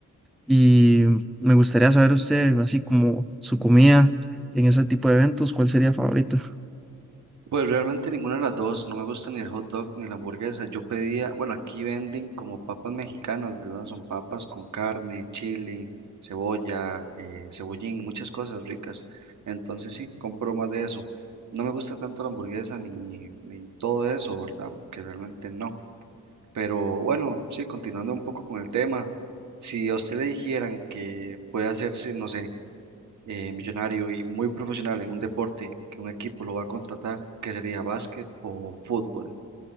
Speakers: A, in the centre; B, on the right (about 60°).
A: y me gustaría saber usted, así como su comida en ese tipo de eventos, ¿cuál sería favorita?
B: Pues realmente ninguna de las dos, no me gusta ni el hot dog ni la hamburguesa. Yo pedía, bueno, aquí venden como papas mexicanas, ¿verdad? Son papas con carne, chile, cebolla, eh, cebollín, muchas cosas ricas. Entonces sí, compro más de eso. No me gusta tanto la hamburguesa ni, ni, ni todo eso, ¿verdad? Porque realmente no. Pero bueno, sí, continuando un poco con el tema, si a usted le dijeran que puede hacerse, no sé eh, millonario y muy profesional en un deporte que un equipo lo va a contratar, que sería básquet o fútbol,